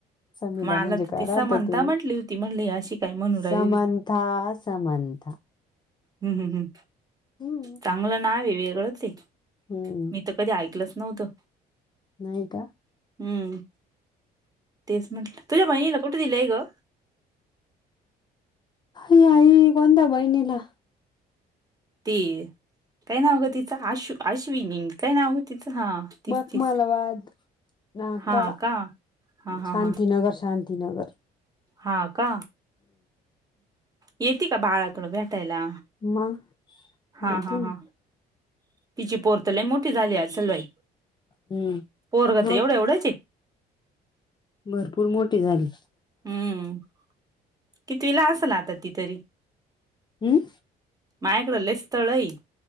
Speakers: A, on the left; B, on the right.
A: समिदा
B: मला
A: म्हणजे
B: तर
A: काय
B: ती
A: राहत
B: समंथा
A: ते
B: म्हटली
A: म
B: होती म्हणली अशी काय म्हणू राहिली
A: समान. था समंत.
B: हम् हम् हम्
A: हम्म
B: चांगलं नाव आहे वेगळं ते
A: हम्म
B: मी तर. कधी ऐकलंच नव्हतं.
A: नाय का.
B: हम्म तेच म्हंटलं तुझ्या बहिणीला कुठे दिलंय ग.
A: आई आई कोंद बैनीला.
B: ते काय नावगं तिचं आश् आश्विनी काय नावगं तिचं हा. तीच
A: मकमालाबाद
B: तीच
A: नाका
B: हा का हा हा
A: शांतीनगर
B: हा
A: शांती. दिनगर.
B: हा का येते का बाळाकड भेटायला.
A: मग
B: हा
A: गलती
B: हा
A: ना
B: हा तिची पोरतलय मोठी झाली अस्सल बाई.
A: हम्म
B: पोरगत
A: मग
B: एवढ्या एवढ्याचे.
A: भरपूर मोठे झाली.
B: हम्म कितीला असल आता ति तरी.
A: हम्.
B: मायकडले स्थळेई हाय.